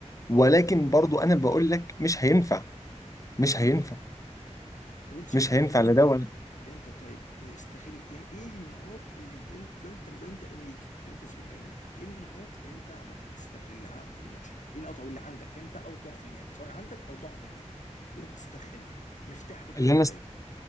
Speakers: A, on the left; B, on the left.
A: ولكن برضو انا بقول لك مش هينفع مش هينفع
B: طب انت شايف
A: مش هينفع
B: ان الانتر
A: لا ده ولا
B: الانتر طيب استغل يعني ايه النقاط اللي الانت لو انت لو انت انريكي لو انت زميله انريكي ايه النقاط اللي انت ممكن تستغلها في الماتش ده؟ ايه النقاط اللي عندك انت او ضعف هناك سواء عندك او ضعف هناك ايه ممكن تستغله؟ مفتاحك انت
A: اللي
B: في الماتش
A: انا است...
B: ده ايه؟